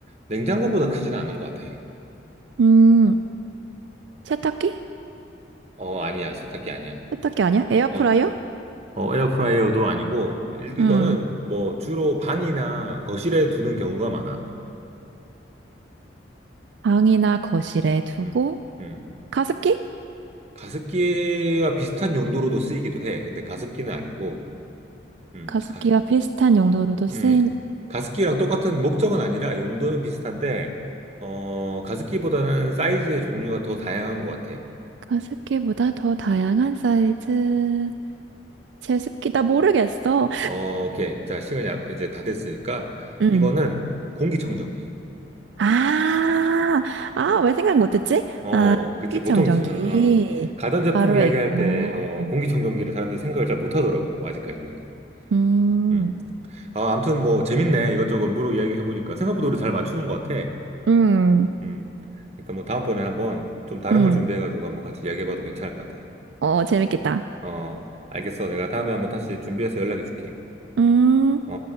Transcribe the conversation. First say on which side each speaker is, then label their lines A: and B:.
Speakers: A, on the right (about 35°); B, on the right (about 70°).
A: 냉장고보다 크지는 않은 것 같아.
B: 음, 세탁기?
A: 어, 아니야. 세탁기 아니야.
B: 세탁기 아니야? 에어프라이어?
A: 어, 어, 에어프라이어도 아니고, 일- 이거는
B: 음,
A: 뭐 주로 방이나 거실에 두는 경우가 많아.
B: 방이나 거실에 두고,
A: 음, 음.
B: 가습기?
A: 가습기와 비슷한 용도로도 쓰이기도 해. 근데 가습기는 아니고, 음,
B: 가습기와
A: 가,
B: 비슷한 용도로도 쓰이는
A: 음, 가습기랑 똑같은 목적은 아니라 용도는 비슷한데, 어, 가습기보다는 사이즈의 종류가 더 다양한 것 같아.
B: 가습기보다 더 다양한 사이즈. 제습기 나 모르겠어.
A: 어, 오케이. 자, 시간이 아- 이제 다 됐으니까,
B: 음.
A: 이거는 공기청정기.
B: 아, 아, 왜 생각 못했지?
A: 어, 그치.
B: 식기청정기
A: 보통, 저- 어, 가전제품
B: 바로에
A: 이야기할
B: 있고.
A: 때, 어, 공기청정기를 사람들이 생각을 잘 못하더라고, 아직까지는.
B: 음,
A: 음. 아, 아무튼 뭐, 재밌네. 이것저것 물어 이야기해보니까. 생각보다 우리 잘 맞추는 것 같아.
B: 음,
A: 음. 그러니까 뭐, 다음번에 한번 좀 다른
B: 음.
A: 걸 준비해가지고 한번 같이 이야기해봐도 괜찮을 것 같아.
B: 어, 재밌겠다.
A: 어, 알겠어. 내가 다음에 한번 다시 준비해서 연락해 줄게.
B: 음.
A: 어?